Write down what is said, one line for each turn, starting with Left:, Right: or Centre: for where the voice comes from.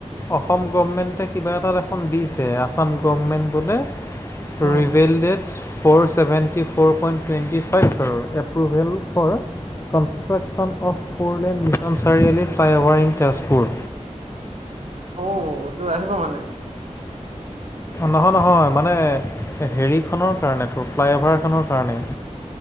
Left: অসম গভমেণ্টে কিবা এটা দেখোন দিছে আসাম গভমেণ্ট বোলে
Right: um
Left: revalidates four seventy four point twenty five আৰু approval for construction of four lane mission Chariali flyover in Tezpur
Right: অউ টো আহিব মানে
Left: নহয় নহয় মানে হে হেৰিখনৰ কাৰণে তোৰ ফ্লাইঅভাৰখনৰ কাৰণে